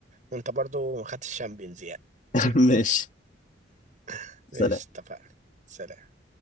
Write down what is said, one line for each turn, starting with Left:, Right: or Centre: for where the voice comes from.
Right: وانت برضو ما خدتش الشامبيونز يعني
Left: <laughs>
Right: <clears throat>
Left: ماشي
Right: <laughs>
Left: سلام
Right: ماشي اتفقنا سلام